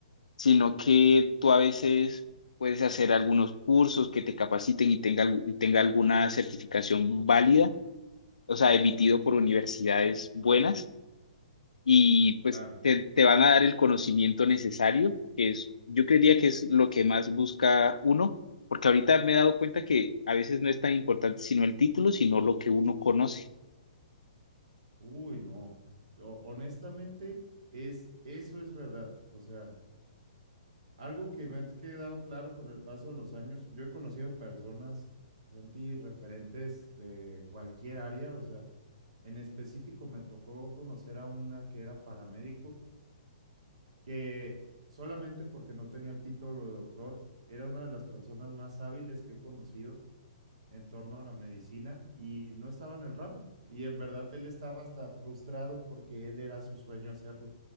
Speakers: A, on the left; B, on the right.
A: sino que tú a veces puedes hacer algunos cursos que te capaciten y tenga, y tenga alguna certificación válida, o sea, emitido por universidades buenas y pues
B: Claro,
A: te, te van a dar el conocimiento necesario, que es, yo creería que es lo que más busca uno, porque ahorita me he dado cuenta que a veces no es tan importante sino el título, sino lo que uno conoce.
B: Uy, no. O- honestamente, es, eso es verdad. O sea, algo que me ha quedado claro con el paso de los años, yo he conocido personas, Santi, referentes de cualquier área. O sea, en específico me tocó conocer a una que era paramédico, que solamente porque no tenía el título de doctor, era una de las personas más hábiles que he conocido en torno a la medicina y no estaba en el ramo. Y en verdad él estaba hasta frustrado porque él era su sueño hacerlo.